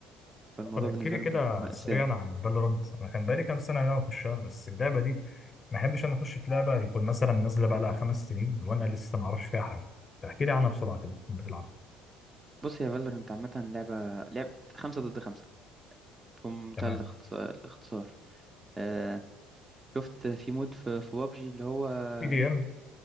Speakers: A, on the right; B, on the left.
A: فالموضوع
B: طب احكي
A: بالنسبة
B: لي كده
A: لهم بيكون مأساة
B: سريعا عن فالورانت انا كان بقالي كام سنه إن انا اخشها بس اللعبه دي ما احبش انا اخش في لعبه يكون مثلا نازله بقى لها خمس سنين وانا لسه ما اعرفش فيها حاجه فاحكي لي عنها بسرعه كده كنت بتلعب
A: بص يا فالورنت عامة لعبة لعبة خمسة ضد خمسة بمنتهى
B: تمام
A: الاختص- الاختصار آه شفت في مود في, في بابجي اللي هو اه
B: بي دي ام